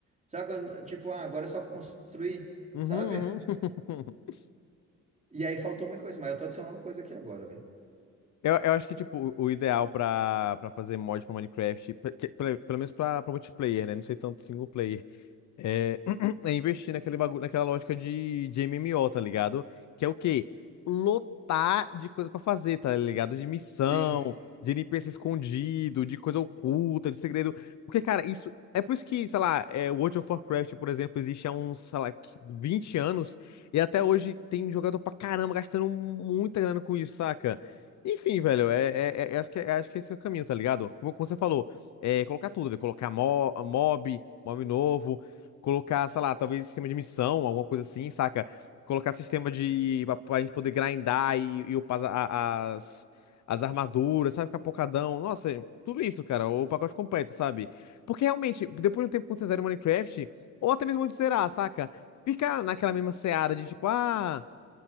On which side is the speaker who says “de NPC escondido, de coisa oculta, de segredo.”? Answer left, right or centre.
Left